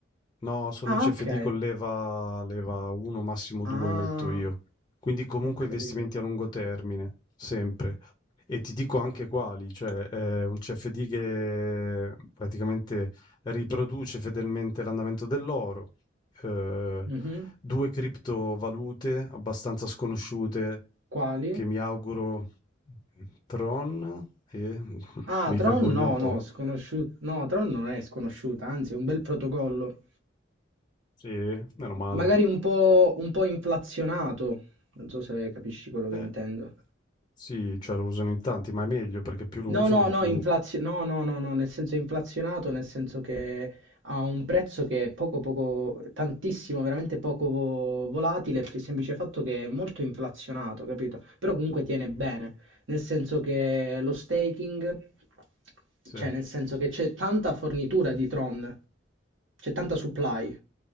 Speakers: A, on the left; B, on the right.
A: No, sono
B: Ah,
A: CFD
B: ok.
A: con leva, leva 1, massimo 2
B: Ah,
A: metto io. Quindi comunque
B: ho capito.
A: investimenti a lungo termine, sempre. E ti dico anche quali, cioè è un CFD che praticamente riproduce fedelmente l'andamento dell'oro, eh,
B: Mhm.
A: due criptovalute abbastanza sconosciute
B: Quali?
A: che mi auguro Tron e <laughs>
B: Ah,
A: mi
B: Tron
A: vergogno
B: no,
A: un po'.
B: no, sconosciuto. No, Tron non è sconosciuta, anzi è un bel protocollo.
A: Sì? Meno male.
B: Magari un po', un po' inflazionato. Non so se capisci quello che
A: Eh,
B: intendo.
A: sì, cioè lo usano in tanti, ma è meglio perché più lo
B: No,
A: usano
B: no, no,
A: più
B: inflazio- no, no, no, no, nel senso inflazionato, nel senso che ha un prezzo che è poco, poco, tantissimo, veramente poco vo- volatile, per il semplice fatto che è molto inflazionato, capito? Però comunque tiene
A: mh,
B: bene, nel senso che lo staking,
A: sì.
B: cioè nel senso che c'è tanta fornitura di Tron, c'è tanta supply,